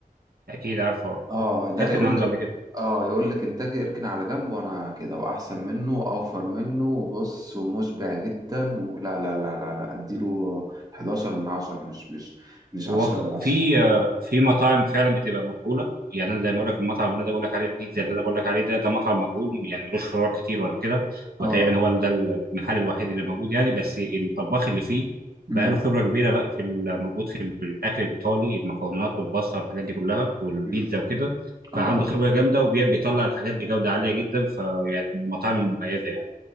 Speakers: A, on the right; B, on the right.
A: اكيد عارفه
B: اه ده
A: اكلت
B: يقول
A: من عنده
B: لك
A: قبل كده
B: اه يقول لك كنتاكي اركن على جنب وانا كده واحسن منه واوفر منه وبص ومشبع جدا ولا لا لا لا لا اديله 11 من 10 مش مش مش
A: هو
B: 10
A: ك-
B: من 10
A: في آه، في مطاعم فعلا بتبقى مجهوله يعني انا زي ما بقول لك المطعم اللي انا بقول لك عليه البيتزا اللي انا بقول لك عليه ده ده مطعم مجهول يعني ملوش فروع كتير ولا كده وتقريبا
B: اه
A: هو ده المحل الوحيد اللي موجود يعني بس الطباخ اللي فيه بقى
B: امم
A: له خبره كبيره بقى في ال- موجود في ال- الاكل الايطالي المكونات والباستا والحاجات دي كلها والبيتزا
B: امم
A: وكده فعنده
B: اه
A: خبره جامده وبيطلع الحاجات بجوده عاليه جدا فيعني من المطاعم المميزه يعني